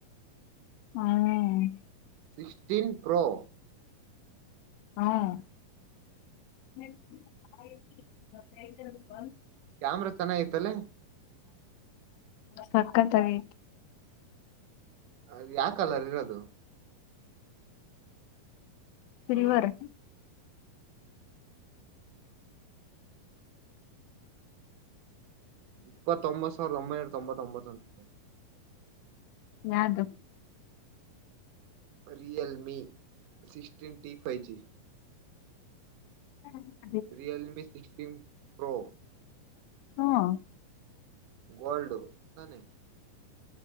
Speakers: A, on the left; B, on the right.
A: ಹ್ಮ
B: ಸಿಕ್ಸ್ಟೀನ್ ಪ್ರೋ.
A: ಹ್ಮ್
B: ಕ್ಯಾಮ್ರಾ ಚೆನ್ನಗ ಐತಲ್ಲಿ.
A: ಸಕ್ಕತಾಗ ಐತ.
B: ಅದು ಯಾ ಕಲರ್ ಇರದು.
A: ಸಿರಿವಾರ್
B: ಹಲೋ ಇಪ್ಪತ್ತೊಂಬತ್ತು ಸಾವಿರದ ಒಂಬೈನೂರ ತೊಂಬತ್ತೊಂಬತ್ತು ಅಂದ.
A: ಯಾರ್ದು.
B: Realme ಸಿಕ್ಸ್ಟೀನ್ಟಿ five G.
A: ಹ್ಮ
B: ರಿಯಲ್ಮಿ ಸಿಕ್ಸ್ಟೀನ್ ಪ್ರೋ.
A: ಹ್ಮ್
B: ಗೋಲ್ಡ್ ತಾನೆ